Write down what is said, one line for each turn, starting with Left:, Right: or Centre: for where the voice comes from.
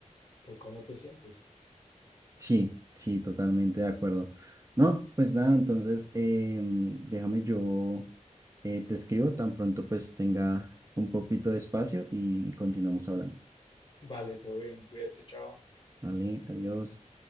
Left: por cómo te sientes.
Right: Sí, sí, totalmente de acuerdo. No, pues nada, entonces em, déjame yo eh, te escribo tan pronto pues tenga un poquito de espacio y continuamos hablando.
Left: Vale, todo bien, cuídate, chao.
Right: Vale, adiós.